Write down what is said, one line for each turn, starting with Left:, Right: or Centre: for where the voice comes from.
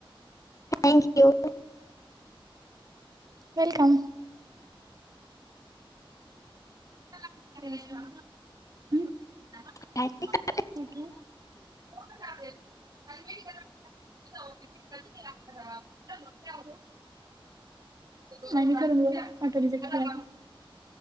Left: تھینک یو
Right: ویلکم ہ <unintelligible>
Left: <inaudible>
Right: <unintelligible>